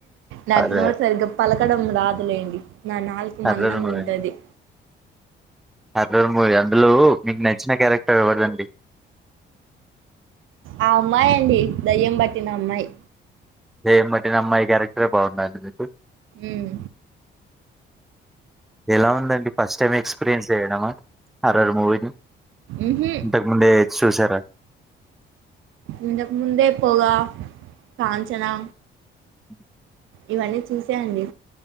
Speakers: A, on the right; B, in the centre.
A: నాకు
B: హర్రర్
A: నోరు సరిగ్గ పల రాదులేండి నా నాలుక
B: హర్రర్
A: మందంగుంటది
B: మూవీ హర్రర్ మూవి అందులో మీకు నచ్చిన క్యారెక్టర్ ఎవరిదండి
A: ఆ అమ్మాయండి దయ్యం బట్టిన అమ్మాయి
B: దెయ్యం బట్టిన అమ్మాయి క్యారెక్టరే బాగుందా అండి మీకు
A: ఉమ్
B: ఎలా ఉందండి ఫస్ట్ టైం ఎక్స్పీరియన్స్ జెయడమా హర్రర్ మూవీ
A: ఉహు
B: ఇంతకుముందే చూశారా
A: ఇంతక్ ముందే పొగా కాంచనా
B: <inaudible>
A: ఇవన్ని చూశా అండి